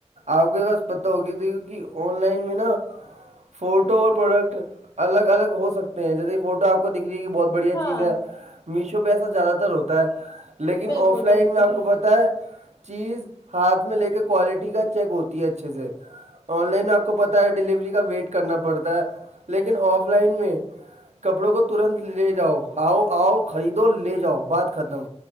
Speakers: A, on the right; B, on the left.
A: آپ کو بس پتہ ہوگی بھی کی کہ آن لائن میں نا فوٹو اور پروڈکٹ الگ الگ ہو سکتے ہیں جیسے فوٹو آپ کو دکھ جائے گی بہت بڑھیا
B: ہاں
A: چیز ہے میشو پہ ایسا زیادہ تر ہوتا ہے لیکن
B: بالکل
A: آف لائن
B: بالکل
A: میں آپ کو پتا ہے چیز ہاتھ میں لے کے کوالٹی کا چیک ہوتی ہے اچھے سے آن لائن آپ کو پتاہ ہے ڈیلیوری کا ویٹ کرنا پڑتا ہے لیکن آف لائن میں کپڑوں کو ترنت لے جاؤ آؤ آؤ خریدو لے جاؤ بات ختم